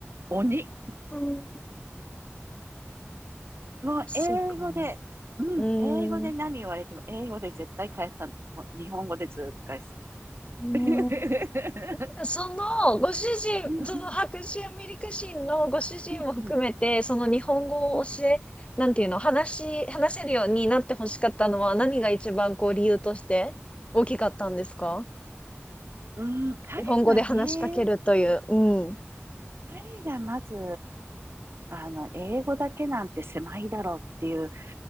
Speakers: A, on the right; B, on the left.
A: 鬼。
B: うん。
A: もう英語で、
B: そうか。
A: うん、
B: うーん。
A: 英語で何言われても、英語で絶対返さない。もう日本語でずーっと返す。
B: うん。
A: <laughs>
B: <laughs> その、ご主
A: うんうん、
B: 人、その白人アメリカ人のご主人も含めて、
A: うんうん、
B: その日本語を教え、
A: うんうん。
B: なんていうの、話し、話せるようになってほしかったのは何が一番こう理由として大きかったんですか
A: うん、彼がね、
B: 日本語で話しかけるという。うん。
A: 彼がまず、あの、英語だけなんて狭いだろうっていう考